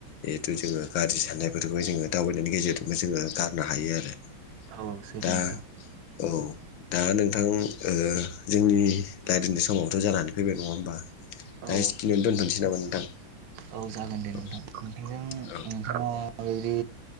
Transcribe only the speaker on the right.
औ सैथो
नोंथां
औ
औ जागोन दे नोंथां
खन्थाइजों
ओ बेबादि